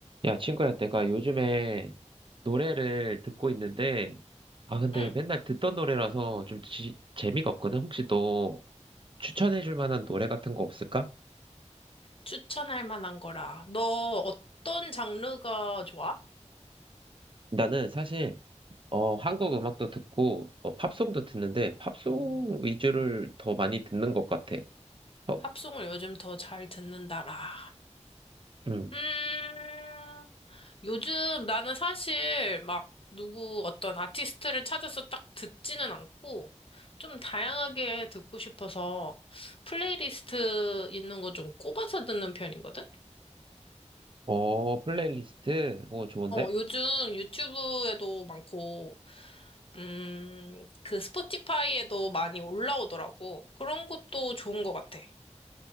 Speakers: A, on the right; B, on the left.
A: 야, 친구야, 내가 요즘에 노래를 듣고 있는데, 아, 근데
B: 응,
A: 맨날 듣던 노래라서 좀 지- 재미가 없거든? 혹시 너 추천해줄 만한 노래 같은 거 없을까?
B: 추천할 만한 거라. 너 어떤 장르가 좋아?
A: 나는 사실, 어, 한국 음악도 듣고, 어, 팝송도 듣는데, 팝송 위주를 더 많이 듣는 것 같아. 어,
B: 팝송을 요즘 더 잘 듣는다라.
A: 음.
B: 음, 요즘 나는 사실 막 누구 어떤 아티스트를 찾아서 딱 듣지는 않고 좀 다양하게 듣고 싶어서 플레이리스트 있는 거 좀 꼽아서 듣는 편이거든?
A: 어, 플레이리스트? 오, 좋은데?
B: 어, 요즘 유튜브에도 많고, 음, 그 스포티파이에도 많이 올라오더라고. 그런 것도 좋은 것 같아.